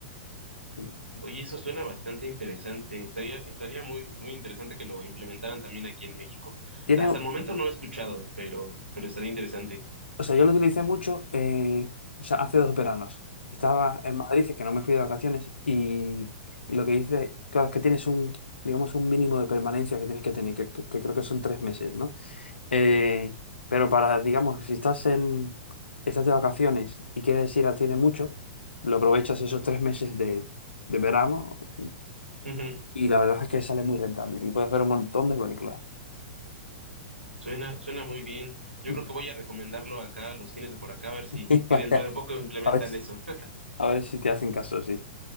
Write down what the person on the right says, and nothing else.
Oye, eso suena bastante interesante. Estaría, estaría muy, muy interesante que lo implementaran también aquí en México.
Hasta el momento no he escuchado, pero, pero estaría interesante.
Ujú, ujú.
Suena, suena muy bien. Yo
creo que voy a recomendarlo acá a los cines de por acá, a ver si,
si dentro de poco implementan
eso. <laughs>